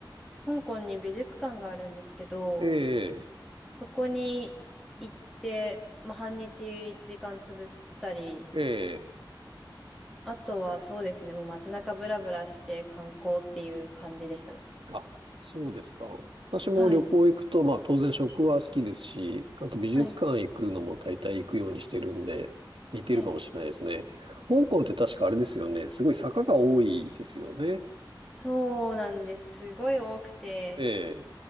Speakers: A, in the centre; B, on the right (about 80°).
A: 香港に美術館があるんですけど、
B: ええ、
A: そこに行って、まあ、半日時間潰したり
B: ええ。
A: あとはそうですね、もう街中ブラブラして観光っていう感じでしたね。
B: あ、そうですか。私も旅行行くと、
A: はい。
B: まあ当然食は好きですし、あと美術館行くのも大体行くようにしてるんで、
A: はい。
B: 似てるかもしれないですね。
A: はい。
B: 香港って確かあれですよね。すごい坂が多いですよね。
A: そうなんです。すごい多くて、
B: ええ。